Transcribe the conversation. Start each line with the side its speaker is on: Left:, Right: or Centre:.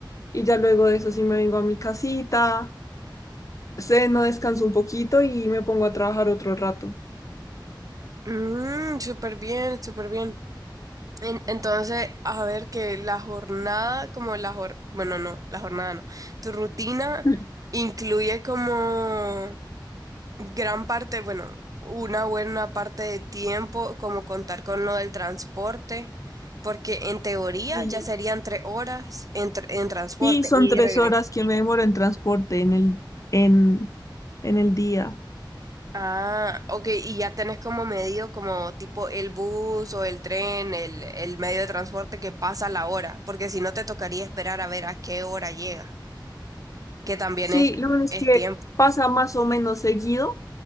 Left: y ya luego de eso sí me vengo a mi casita, ceno, descanso un poquito y me pongo a trabajar otro rato.
Right: Mm, súper bien, súper bien. En- entonces, a ver que la jornada, como la jor, bueno, no, la jornada no. Tu rutina
Left: <laughs>
Right: incluye como gran parte, bueno, una buena parte de tiempo, como contar con lo del transporte, porque en teoría
Left: Y,
Right: ya serían tres horas en, tr- en transporte
Left: y son
Right: y
Left: tres
Right: regreso.
Left: horas que me demoro en transporte en el, en, en el día.
Right: Ah, ok, y ya tenés como medido como tipo el bus o el tren, el, el medio de transporte que pasa la hora, porque si no te tocaría esperar a ver a qué hora llega, que también
Left: Sí,
Right: es,
Left: lo bueno es
Right: es
Left: que
Right: tiempo.
Left: pasa más o menos seguido,